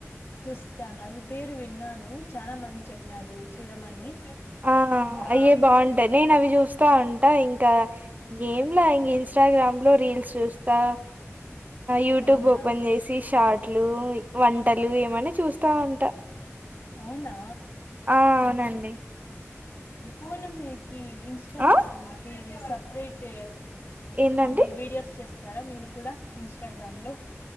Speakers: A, on the left; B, on the right.
A: చూస్తాను అవి పేరు విన్నాను చాలా మంది చెప్పినడు చూడమని
B: ఆ
A: ఇంకా
B: అయ్యే బాగుంటాయి నేను అవి చూస్తా ఉంటా ఇంకా ఏంలా ఇం ఇన్స్టగ్రామ్ లో రీల్స్ చూస్తా యూట్యూబ్
A: అవునా
B: ఓపెన్ చేసి షార్ట్ ట్లు వంటలు ఏమనా చూస్తా ఉంటా
A: అవునా
B: ఆ అవునండి
A: అవును మీకి ఇంస్టాగ్రామ్కి
B: ఆ
A: సపరేట్
B: ఏంటండి
A: మామూలు వీడియోస్ చేస్తారా మీరు కూడా ఇన్స్టాగ్రామ్ లో